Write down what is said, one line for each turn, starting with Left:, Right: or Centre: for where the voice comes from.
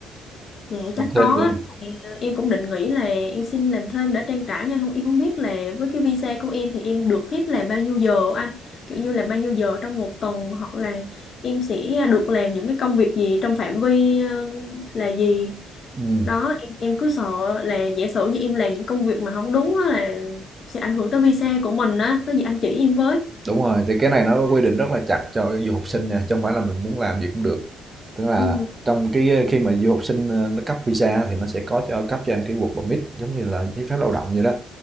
Left: Dạ chắc
Right: làm thêm
Left: có
Right: gì
Left: á.
Right: không
Left: Tại, ờ, Em cũng định nghĩ là em xin làm thêm để trang trải nhưng không em không biết là với cái visa của em thì em được phép làm bao nhiêu giờ anh kiểu như là bao nhiêu giờ trong một tuần hoặc là em sẽ được làm những cái công việc gì trong phạm vi ờ, là gì
Right: ừ.
Left: đó em em cứ sợ là giả sử như em làm những công việc mà không đúng á là sẽ ảnh hưởng tới visa của mình á có gì anh chỉ em với
Right: đúng rồi thì cái này nó quy định rất là chặt cho du học sinh nha chứ không phải là mình muốn làm gì cũng được tức là
Left: Ừ.
Right: trong cái khi mà du học sinh ờ, nó cấp visa thì nó sẽ có cho cấp cho em cái work permit giống như là giấy phép lao động vậy đó